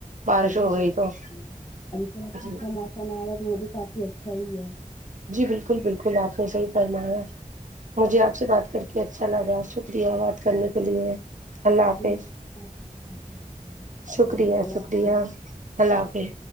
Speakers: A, on the right; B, on the left.
A: بارش
B: بالکل
A: ہو
B: صحیح
A: گئی تو
B: کہہ رہی ہے اب اس کے بعد ٹھنڈ
A: جی
B: کا موسم آئے گا تو وہ بھی کافی اچھا ہی ہے
A: جی بالکل بالکل آپ نے صحیح فرمایا مجھے آپ سے بات کر کے اچھا لگا شکریہ بات کرنے کے لیے اللہ
B: مجھے
A: حافظ
B: بھی آپ سے بات کر کے کافی اچھا لگا
A: شکریہ
B: اللہ
A: شکریہ
B: حافظ
A: اللہ حافظ